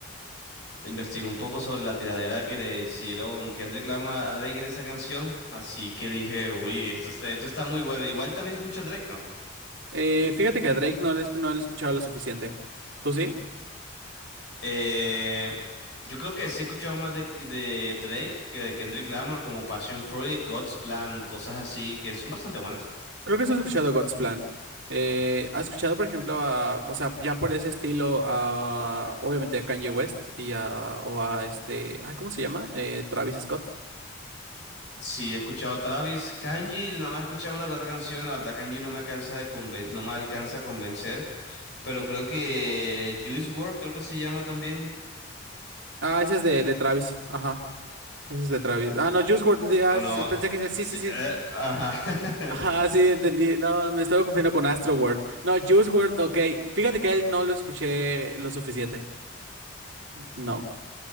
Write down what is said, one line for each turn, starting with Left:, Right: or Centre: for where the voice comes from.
Left: Investigué un poco sobre la tiradera que le hicieron Kendrick Lamar a Drake en esa canción, así que dije, uy, esto está, esto está muy bueno. Igual también escucho a Drake, ¿no?
Right: Eh, fíjate que a Drake no le, esc- no le escuchaba lo suficiente. ¿Tú sí?
Left: Eh, yo creo que sí he escuchado más de, de Drake que de Kendrick Lamar, como Passion Fruit, God's Plan, cosas así que son bastante buenas.
Right: Creo que sí has escuchado God's Plan. Eh, ¿has escuchado, por ejemplo, a, o sea, ya por ese estilo, a, obviamente a Kanye West y a, o a este, ay, ¿cómo se llama? Eh, Travis Scott.
Left: Sí, he escuchado a Travis, Kanji, nada más he escuchado una que otra canción, la verdad Kanji no me alcanza de conven- no me alcanza a convencer, pero creo que Juice WRLD, creo que se llama también,
Right: Ah, esa es de, de Travis. Ajá. Esa es de Travis. Ah, no, Juice WRLD. Ah,
Left: No,
Right: s-
Left: no.
Right: pensé que sí,
Left: sí,
Right: sí, sí.
Left: eh, ajá. <laughs>
Right: Ajá, <laughs> sí, entendí. No, me estaba confundiendo con Astro World. No, Juice World, ok. Fíjate que a él no lo escuché lo suficiente. No.